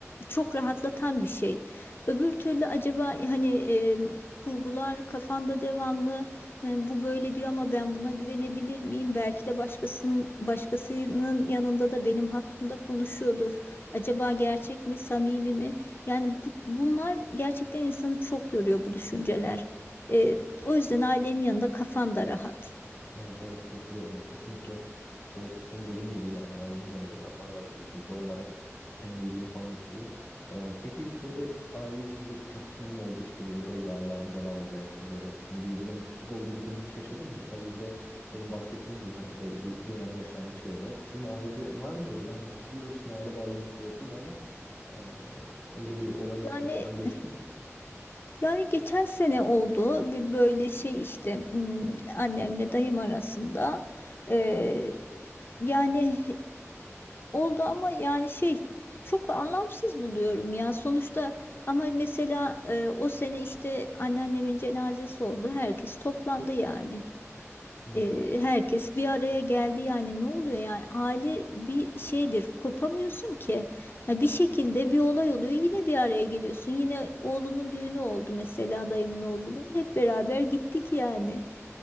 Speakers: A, on the left; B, on the left.
A: çok rahatlatan bir şey. Öbür türlü acaba hani e, kurgular kafanda devamlı e, bu böyle diyor ama ben buna güvenebilir miyim? Belki de başkasının başkasının yanında da benim hakkımda konuşuyordur. Acaba gerçek mi, samimi mi? Yani bu- bunlar gerçekten insanı çok yoruyor bu düşünceler. O yüzden ailenin yanında kafan da rahat.
B: Evet evet katılıyorum ya kesinlikle işte senin dediğin gibi yani ailenin yanında kafan rahat oluyor çünkü onlar hep senin iyiliğini falan istiyor. Ee, peki hiç böyle aile içinde çatışmanın olduğu işte böyle dayılarla amcalarla veya işte böyle hani birbirlerine küslük olduğu bir durum hiç yaşadın mı? Mesela bizde benim bahsettiğim gibi hani böyle bir dönem yaşandı şey olarak sizin ailede var mı öyle ben hatırlıyorum sizin aile bağlarınız kuvvetliydi ama e, öyle bir olay hiç
A: Yani
B: başından geçti mi?
A: yani geçen sene oldu bir böyle şey işte hmm, annemle dayım arasında Ee, yani oldu ama yani şey çok anlamsız buluyorum ya. Sonuçta ama mesela e, o sene işte anneannemin cenazesi oldu. Herkes toplandı yani.
B: Hmm.
A: E, herkes bir araya geldi yani ne oluyor yani aile bir şeydir kopamıyorsun ki Ha, bir şekilde bir olay oluyor yine bir araya geliyorsun yine oğlunun düğünü oldu mesela dayımın oğlunun hep beraber gittik yani